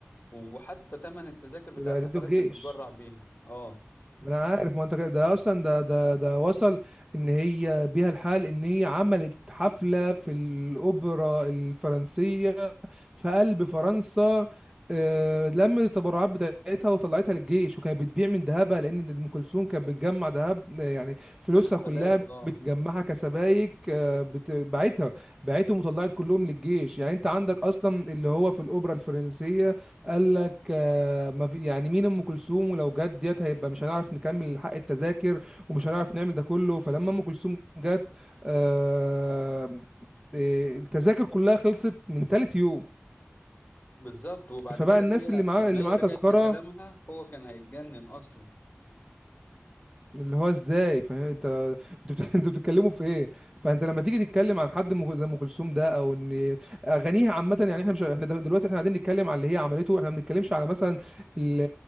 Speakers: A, on the left; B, on the right.
A: وحتى تمن التذاكر بتاع
B: والاعداد
A: الحفلات
B: والجيش
A: كانت بتبرع بيها اه
B: ما انا عارف ما انت كده ده اصلا ده ده ده وصل ان هي بيها الحال ان هي عملت حفله في الاوبرا الفرنسيه في قلب فرنسا آه، لمت التبرعات بتاعتها وطلعتها للجيش وكانت بتبيع من ذهبها لان ام كلثوم كانت بتجمع ذهب آه، يعني فلوسها
A: في الحفلات
B: كلها
A: اه
B: بتجمعها كسبايك آه، بت- باعتها باعتهم وطلعت كلهم للجيش يعني انت عندك اصلا اللي هو في الاوبرا الفرنسيه قال لك آه، ما في يعني مين ام كلثوم ولو جت ديت هيبقى مش هنعرف نكمل حق التذاكر ومش هنعرف نعمل ده كله فلما ام كلثوم جت آه، آه، التذاكر كلها خلصت من تالت يوم
A: بالظبط وبعد
B: فبقى
A: كده
B: الناس
A: هي
B: اللي معاه
A: لما
B: اللي
A: هي
B: معاه
A: رجعت
B: تذكره
A: في كلامها هو كان هيتجنن اصلا
B: اللي هو ازاي فاهم انت انتوا بت- <laughs> انتوا بتتكلموا في ايه فانت لما تيجي تتكلم عن حد م- زي ام كلثوم ده او ان اغانيها عامه يعني احنا مش احنا دل- دلوقتي احنا قاعدين نتكلم على اللي هي عملته احنا ما بنتكلمش على مثلا ال-